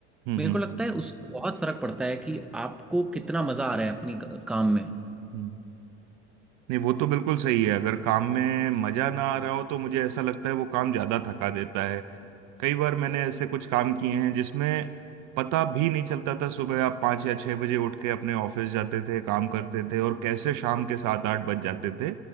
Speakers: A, on the right (about 55°); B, in the centre.
A: हम्म
B: मेरे
A: हम्म
B: को लगता है उससे बहुत फर्क पड़ता है कि आपको कितना मजा आ रहा है अपनी क- काम में
A: हम्म। नहीं वो तो बिल्कुल सही है अगर काम में मजा ना आ रहा हो तो मुझे ऐसा लगता है वो काम ज्यादा थका देता है कई बार मैंने ऐसे कुछ काम किए हैं जिसमें पता भी नहीं चलता था सुबह आप पाँच या छह बजे उठ के अपने ऑफिस जाते थे काम करते थे और कैसे शाम के सात आठ बज जाते थे